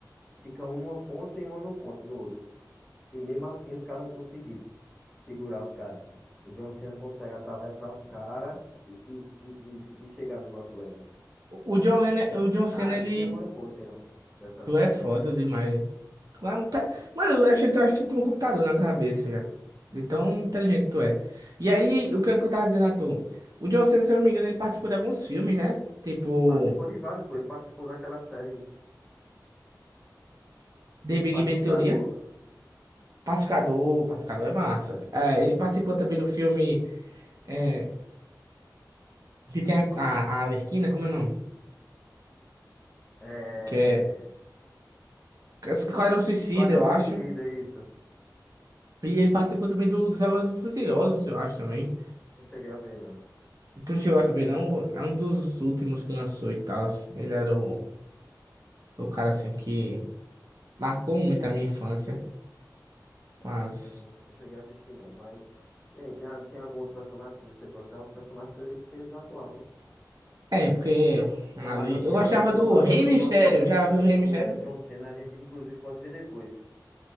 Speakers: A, in the centre; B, on the right.
A: Fica um numa ponta e um numa ponta no outro. E mesmo assim os caras não conseguiram segurar os caras. O John Cena consegue atravessar os caras e, e, e, e e chegar no Brock Lesnar.
B: O o John Lennon, o John Cena,
A: Cara,
B: ele
A: que memória boa tem ó, dessa,
B: Tu é
A: dessa
B: foda
A: coisa.
B: demais. hein? Tu é, muito- Mano, eu achei, tu acho que tu tem um computador na cabeça já. De tão inteligente que tu é. E aí, o que, é que eu tava dizendo a tu? O John Cena, se eu não me engano, ele participou de alguns filmes, né? Tipo,
A: Participou de vários, pô. Ele participou daquela série
B: The Big
A: Pacificador.
B: Bang Theory. Pacificador, Pacificador é massa. É, ele participou também do filme é, que tem a, a, a Arlequina, como é o nome?
A: É...
B: Que é Esquadrão Suicida,
A: Esquadrão
B: eu
A: Suicida,
B: acho.
A: isso.
B: E ele participou também do, dos Velozes e Furiosos, eu acho também.
A: Não cheguei a ver, não.
B: Tu não chegou a saber, não? É um dos últimos que lançou e tal. Ele era o, o cara assim que marcou muito a minha infância. Mas.
A: Eu não não cheguei a assistir, não. Mas. E aí, tem, a- tem algum outro personagem que você gostava? Personagem que, ele- que eles atuavam, né?
B: É, porque ali.
A: Não, mas assim,
B: Eu gostava
A: a luta do,
B: do
A: a
B: Rei
A: luta do
B: Mistério.
A: Brock Lesnar
B: Já viu
A: e
B: o Rei
A: do,
B: Mistério?
A: do John Cena, a gente inclusive pode ver depois.